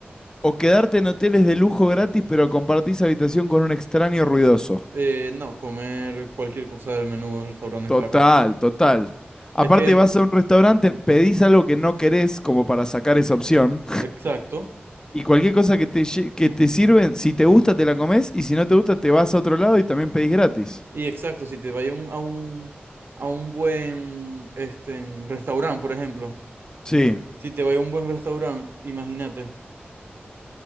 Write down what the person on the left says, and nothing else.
O quedarte en hoteles de lujo gratis, pero compartís habitación con un extraño ruidoso.
Total,
total. Aparte
vas a un restaurante, pedís algo que no querés como para sacar esa opción
y cualquier cosa que te, lle- que te sirven, si te gusta te la comés y si no te gusta te vas a otro lado y también pedís gratis.
Sí,